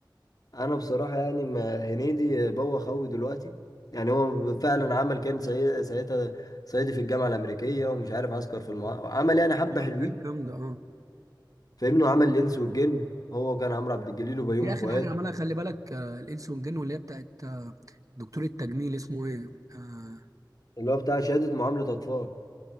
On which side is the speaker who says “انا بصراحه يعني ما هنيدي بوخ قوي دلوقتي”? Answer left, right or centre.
Left